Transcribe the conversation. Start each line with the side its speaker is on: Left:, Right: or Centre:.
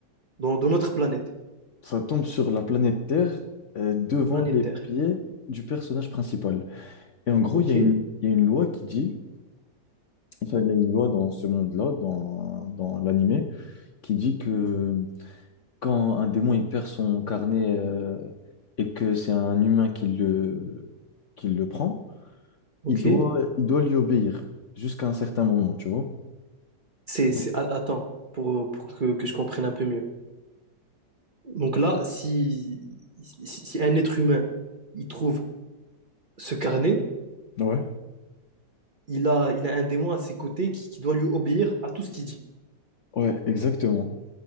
Right: dans, dans notre planète,
Left: Ça tombe sur la planète Terre euh, devant
Right: la planète
Left: les
Right: Terre.
Left: pieds du personnage principal. Et en gros,
Right: Ok,
Left: il y a une, il y a une loi qui dit, enfin, il y a une loi dans ce monde-là, dans, dans l'animé, qui dit que quand un démon il perd son carnet euh, et que c'est un humain qui le, qui le prend,
Right: ok.
Left: il doit, il doit lui obéir jusqu'à un certain moment, tu vois?
Right: C'est,
Left: Donc,
Right: c'est- a- attends, pour, pour que, que je comprenne un peu mieux. Donc là, si, si, si un être humain, il trouve ce carnet,
Left: Ouais.
Right: il a, il a un démon à ses côtés qui, qui doit lui obéir à tout ce qu'il dit.
Left: Ouais, exactement.